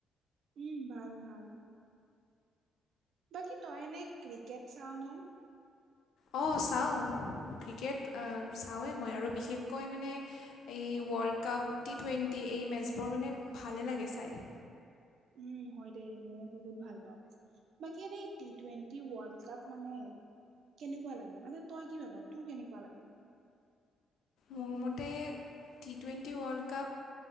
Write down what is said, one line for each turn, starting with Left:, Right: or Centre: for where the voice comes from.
Right: উম, ভাল ভাল। বাকী তই এনেই ক্ৰিকেট চাও ন।
Left: অ, চাওঁ ক্ৰিকেট চাওঁৱেই মই আৰু বিশেষকৈ মানে এই। ৱৰ্ল্ড কাপ টি টুৱেণ্টি এই মেচবোৰ মানে ভালে লাগে চাই।
Right: উম, হয় দেই মইো বহুত ভাল পাওঁ। বাকী, এনেই টি টুৱেণ্টি ৱৰ্লড কাপ মানে। কেনেকুৱা লাগে মানে তই কি ভাব তোৰ কেনেকুৱা লাগে।
Left: মোৰ মতে। টি টুৱেণ্টি ৱৰ্ল্ড কাপ